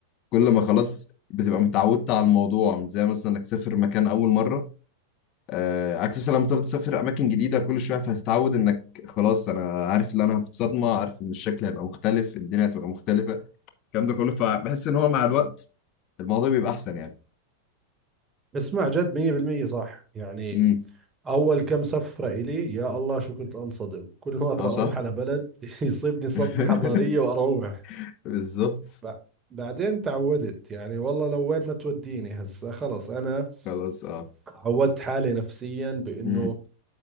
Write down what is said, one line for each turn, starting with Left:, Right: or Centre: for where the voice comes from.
Left: كل ما خلاص بتبقى متعودت على الموضوع مش زي مثلا انك تسافر مكان اول مره آه، عكس لما تقعد تسافر اماكن جديده كل شويه فهتتعود انك خلاص انا عارف ان انا في صدمه عارف ان الشكل هيبقى مختلف الدنيا هتبقى مختلفه الكلام ده كله فبحس ان هو مع الوقت الموضوع بيبقى احسن يعني
Right: اسمع جد مية بالمية صح يعني
Left: امم
Right: أول كم سفرة إلي يا الله شو كنت أنصدم كل مرة
Left: اه صح
Right: أروح على بلد <laughs> يصيبني صدمة
Left: <laughs>
Right: حضارية وأروح
Left: بالظبط
Right: ب- بعدين تعودت يعني والله لو وين ما توديني هسا خلص أنا
Left: خلاص اه
Right: عودت حالي نفسيا بأنه
Left: امم